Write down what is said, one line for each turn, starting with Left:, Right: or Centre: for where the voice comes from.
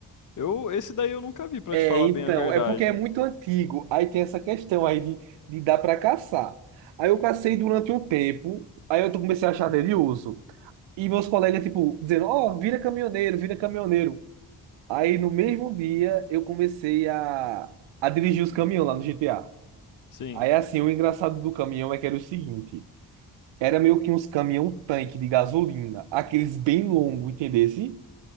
Left: eu esse daí eu nunca vi, pra
Right: É,
Left: te falar
Right: então,
Left: bem a verdade.
Right: é porque é muito antigo. Aí tem essa questão aí de, de dar pra caçar. Aí eu cacei durante um tempo, aí eu comecei a achar delioso. E meus colegas, tipo, dizendo, ó, vira caminhoneiro, vira caminhoneiro. Aí no mesmo dia eu comecei a, a dirigir os caminhões lá no GTA.
Left: Sim,
Right: Aí, assim, o engraçado do caminhão é que era o seguinte: era meio que uns caminhão-tanque de gasolina, aqueles bem longos, entendesse?